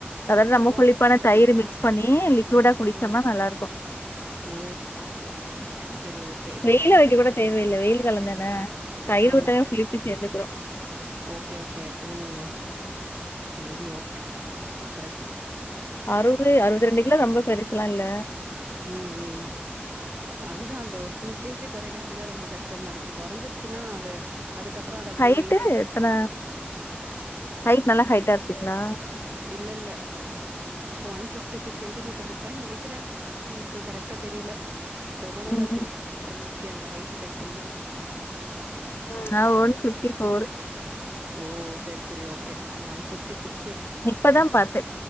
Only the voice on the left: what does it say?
அதுலலா ரொம்ப
புளிப்பான
தயிர் மிக்ஸ் பண்ணி லிக்விடா குடிச்சோம்னா
நல்லா இருக்கும்
வெயில்ல
வைக்க
கூட
தேவையில்ல வெயில் காலந்தானே தயிர்
ஊத்தலனா குளிப்பி சேர்ந்துக்கிறோ
அறுவது அறுவத்திரெண்டு கிலோ ரொம்ப பெருசுலா இல்ல
ஹைட்டு
எத்தன? ஹைட் நல்லா ஹைட்டா இருப்பீங்களா?
ம்.
நான் ஒன் ஃபிஃப்டி ஃபோர்
இப்பதான் பார்த்தே